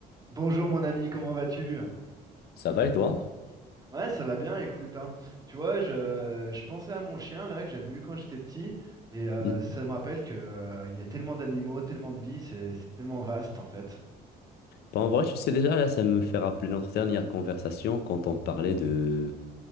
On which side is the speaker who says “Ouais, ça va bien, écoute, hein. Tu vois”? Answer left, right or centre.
Right